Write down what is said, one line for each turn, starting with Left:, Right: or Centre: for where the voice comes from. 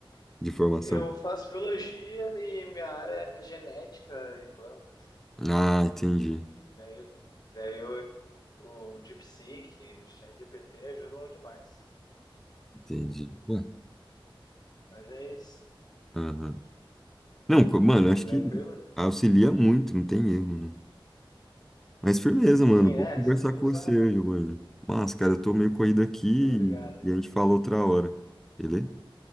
Centre: de formação?
Left: Eu faço biologia e minha área é genética e plantas.
Centre: Ah, entendi,
Left: Daí, daí eu, o DeepSeek, o ChatGPT ajudam demais.
Centre: entendi. Ué.
Left: Mas é isso.
Centre: Aham. Não, co- mano, eu acho
Left: Tranquilo?
Centre: que auxilia muito, não tem erro, né? Mas firmeza,
Left: Sim,
Centre: mano, vou
Left: é,
Centre: conversar
Left: saber
Centre: com
Left: usar,
Centre: você,
Left: né?
Centre: Giovanni. Mas, cara, eu tô meio corrido aqui
Left: Muito obrigado, aí,
Centre: e e
Left: mano.
Centre: a gente fala outra hora, beleza?